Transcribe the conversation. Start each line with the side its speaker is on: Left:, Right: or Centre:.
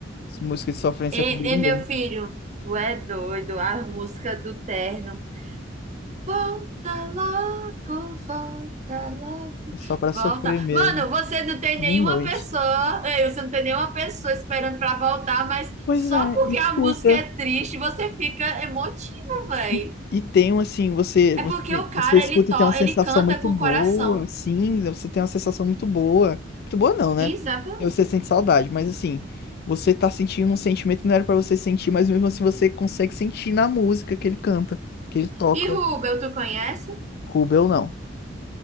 Left: Música de sofrência
Right: E,
Left: comigo
Right: e, meu
Left: mesmo.
Right: filho, tu é doido, a música do terno. Volta logo, volta logo.
Left: É só pra
Right: Volta.
Left: sofrer mesmo,
Right: Mano, você não tem
Left: de
Right: nenhuma
Left: noite.
Right: pessoa, ei, você não tem nenhuma pessoa esperando pra voltar, mas
Left: Pois
Right: só
Left: é,
Right: porque
Left: escuta.
Right: a música é triste, você fica emotivo, véi.
Left: E, e tem um assim, você,
Right: É
Left: você,
Right: porque o cara,
Left: você escuta
Right: ele to,
Left: e tem uma sensação
Right: ele canta
Left: muito
Right: com o
Left: boa,
Right: coração.
Left: assim, você tem uma sensação muito boa. Muito boa não, né?
Right: Exatamente.
Left: Porque Você sente saudade, mas assim, você tá sentindo um sentimento que não era pra você sentir, mas mesmo assim você consegue sentir na música que ele canta, que ele toca.
Right: E Rubel, tu conhece?
Left: Rubel não.